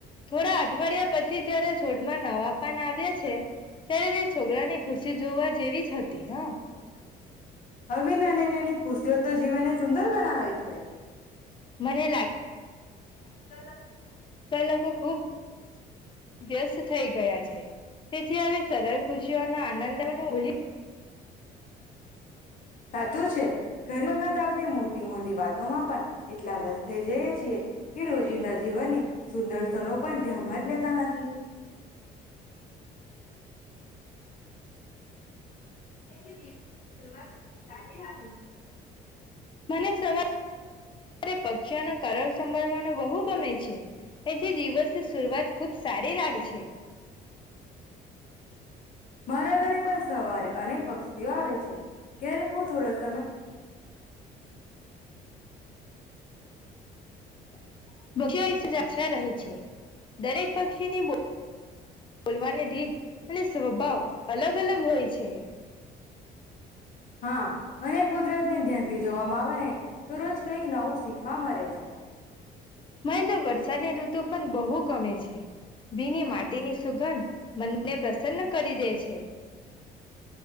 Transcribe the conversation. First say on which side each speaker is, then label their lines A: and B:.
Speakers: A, on the left (about 30°); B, on the left (about 50°).
A: થોડા અઠવાડિયા પછી જયારે છોડમાં નવા પાન આવ્યા છે ત્યારે તે છોકરાનીુ. પછી જોવા જેવી જ હતી હા.
B: હવે નાની નાની ખુશીઓ તો જીવનને સુંદર બનાવે છે
A: મને
B: <unintelligible>
A: તમે લોકો ખૂબ વ્યસ્ત થઈ ગયા છે તેથી હવે સરળ ખુશીઓના આનંદ તેના <inaudible>
B: સાચો છે. ઘણી વખત આપણે મોટી મોટી વાતોમાં પણ એટલા વ્યસ્ત થઈ જઈએ છીએ કે રોજિંદા જીવનની સુંદર સ ન પણ ધ્યાનમાં જ લેતા નથી. <unintelligible> સારી વાતો છે.
A: તો સવાર પક્ષીઓનો કર સંભળવાનો બહુ ગમે છે એ જે દિવસની શરૂઆત ખુબ સારી લાગ છે.
B: મારા ઘરે પાસ સવારે અનેક પક્ષીઓ આવે છે ક્યારેકું હું થોડુક
A: <unintelligible> છે જા. છા રહી છે દરેક પક્ષીની બોલવાની રીત અને સ્વભાવ અલગ. અલગ હોય છે.
B: હા અને કુદરતને ધ્યાનથી જોવામાં આવે ને તો રોજ કંઈક નવું શીખવા મળે છે
A: મને તો વરસાદની ઋતુ પણ બહુ ગમે છે ભીની માટી ની સુગંધ મને પ્રસન્ન કરી દે છે.